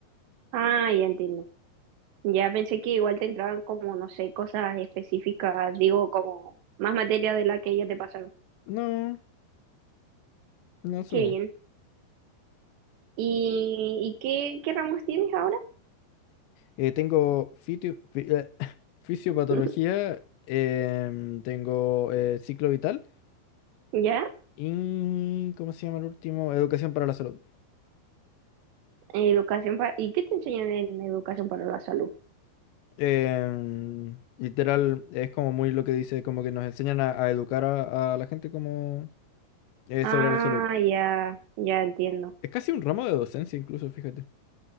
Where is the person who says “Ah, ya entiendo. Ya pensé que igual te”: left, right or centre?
Right